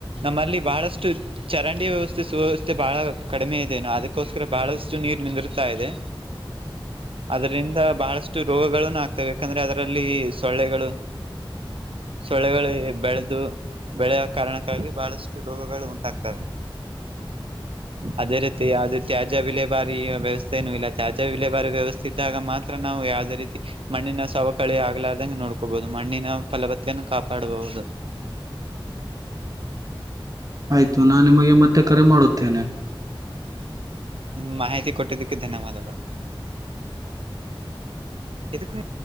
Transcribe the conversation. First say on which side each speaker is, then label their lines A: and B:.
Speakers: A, on the right; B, on the right.
A: ನಮ್ಮಲ್ಲಿ ಬಹಳಷ್ಟು ಚರಂಡಿ ವ್ಯವಸ್ಥೆ. ಸುವ್ಯವಸ್ಥೆ ಬಹಳ ಕಡಿಮೆ ಇದೆ ಅದಕ್ಕೋಸ್ಕರ ಬಹಳಷ್ಟು ನೀರ್ ನಿಂದೃತ್ ಇದೆ. ಅದರಿಂದ ಬಹಳಷ್ಟು ರೋಗಗಳನು ಆಗ್ತವೆ ಯಾಕಂದ್ರೆ ಅದರಲ್ಲಿ ಸೊಳ್ಳೆಗಳು. ಸೊಳ್ಳೆಗಳು ಬೆಳೆದು ಬೆಳೆ ಹಾಕ್. ಕಾರಣಕ್ಕಾಗಿ ಬಹಳಷ್ಟು ರೋಗಗಳು ಉಂಟಾಗ್ತವೆ. ಅದೇ ರೀತಿ ಅದು ತ್ಯಾಜ್ಯ ವಿಲೇ ಬಾರಿ. ವ್ಯವಸ್ಥೆ ನನು ಇಲ್ಲ ತ್ಯಾಜ್ಯ ವಿಲೇ ಬಾರಿ ವ್ಯವಸ್ಥೆ ಇದ್ದಾಗ ಮಾತ್ರ ನಾವು ಯಾವವುದೇ ರೀತಿ ಮಣ್ಣಿನ ಸವಕಲಿ. ಕಳಿ ಆಗ್ಲಾರ್ದಂಗೆ ನೋಡ್ಕೋಬಹುದು ಮಣ್ಣಿನ ಫಲವತನ್ನು ಕಾಪಾಡಬಹುದು.
B: ಆಯ್ತು ನಾ ನಿಮಗೆ ಮತ್ತೆ ಕರೆ ಮಾಡುತ್ತೇನೆ.
A: ನಿಮ್ ಮಾಹಿತಿ ಕೊಟ್ಟಿದ್ದಕ್ಕೆ ಧನ್ಯವಾದಗಳು ಇದಕ್ಕೂ.